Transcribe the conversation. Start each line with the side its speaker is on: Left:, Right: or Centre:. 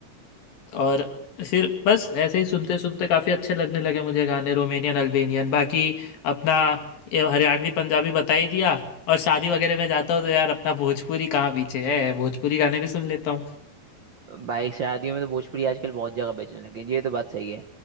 Left: और फिर बस ऐसे ही सुनते सुनते काफ़ी अच्छे लगने लगे मुझे गाने रोमेनियन अल्बेनियन बाकी अपना ये हरियाणवी पंजाबी बता ही दिया और शादी वगैरह में जाता हूँ तो यार अपना भोजपुरी कहाँ पीछे है भोजपुरी गाने भी सुन लेता हूँ
Right: भाई शादियों में तो भोजपुरी आजकल बहुत जगह बजने लगे हैं, ये तो बात सही है